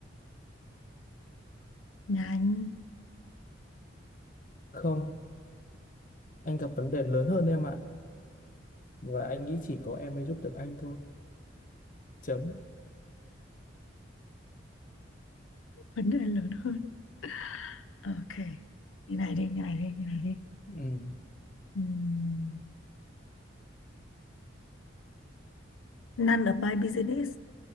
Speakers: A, on the left; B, on the left.
A: nhà anh
B: Không, anh gặp vấn đề lớn hơn em ạ. Và anh nghĩ chỉ có em mới giúp được anh thôi. Chấm.
A: vấn đề lớn hơn ok như này đi như này đi như này đi
B: Ừ.
A: Ừm, none of my business